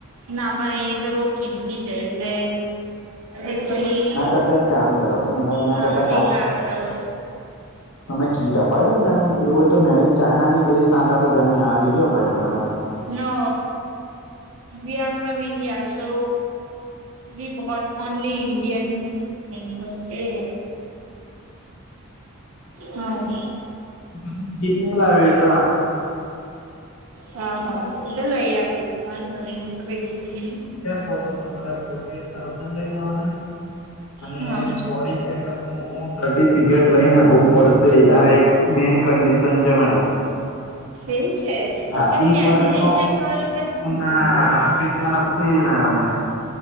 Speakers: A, on the right; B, on the left.
A: ના ભાઈ એ તો બહુ કિંમતી છે એટલે એક્ચયુલી
B: અત્યારે કામ કરો મેડમ એના
A: હા
B: કરતા
A: બીકા બરાબર છે.
B: અમને કીટ અપાવી દયોને મેડમ એવું હો તો મેડમ ચાઇના ની બધી સાત આઠ હજારની આવે જે એવી અપાવી દો madam
A: no we are from India so. We what only Indian in સોટ A hmm.
B: પછી કીટ લાવીયો
A: હા હા તો લઈ આપીશું વાંધો નઈ કશ <inaudible>
B: પોચસો તમારા ફોટી એઇટ થાઉઝંડ લઈને આવાના અને
A: હા
B: બોડી ચેકઅપ નું સર્ટિફિકેટ લઈને આવવું પડશે આ એક મેઇન કન્ડિશન છે મેડમ
A: એવું છે
B: હા
A: કેમ
B: એક
A: ત્યાંથી
B: વર્ષનો
A: નહી ચેક કરી દે
B: હું નાં, બીજા નથી મેડમ એ,